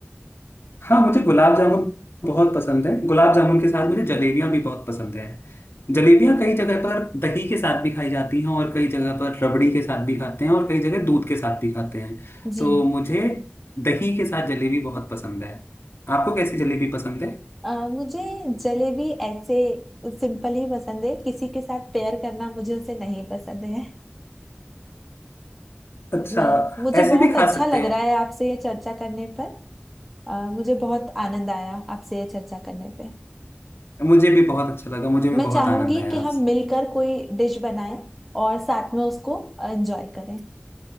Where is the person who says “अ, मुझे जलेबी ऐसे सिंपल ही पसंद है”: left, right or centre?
Centre